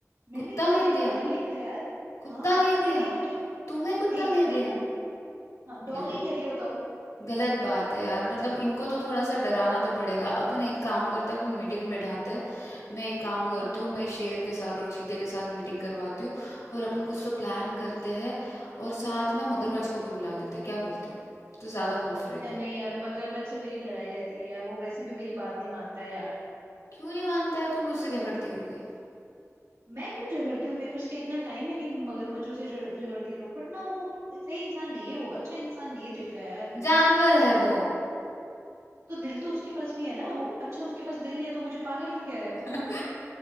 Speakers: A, on the right (about 70°); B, on the left (about 80°).
A: मैंने
B: कुत्ता
A: क्या
B: कह
A: बिगाड़ा
B: दिया
A: बिल्ली का यार
B: कुत्ता
A: हाँ कुत्ता
B: कह
A: कह
B: दिया
A: दिया मुझे
B: तुम्हें कुत्ता
A: एकदम
B: कह
A: ही
B: दिया
A: हाँ डॉग
B: गलत
A: ही कह दिया बताओ
B: गलत बात है यार मतलब इनको तो थोड़ा सा डराना तो पड़ेगा अपन एक काम करते हैं अपन मीटिंग बैठाते हैं मैं एक काम करती
A: हाँ
B: हूँ मैं शेर के साथ और चीते के साथ मीटिंग करवाती हूँ और अपन कुछ तो प्लान करते हैं और साथ में मगरमच्छ को भी बुला लेते हैं क्या बोलते हो तो ज्यादा खौफ रहेगा
A: यार नहीं यार मगरमच्छ से मेरी लड़ाई रहती है यार वो वैसे भी मेरी बात नहीं मानता है यार
B: क्यों नहीं मानता है तुम मुझसे झगड़ती होगी
A: मैं क्यों झगड़ती हूँ मेरे पास क्या इतना टाइम है कि मैं मगरमच्छों से झड़ झगड़ती रहूं बट ना वो सही इंसान नहीं है वो अच्छा इंसान नहीं है दिल का यार
B: जानवर है वो
A: तो दिल तो उसके पास भी है ना वो अच्छा उसके पास दिल नहीं है तो मुझे पागल क्यों कह रहा
B: <laughs>
A: है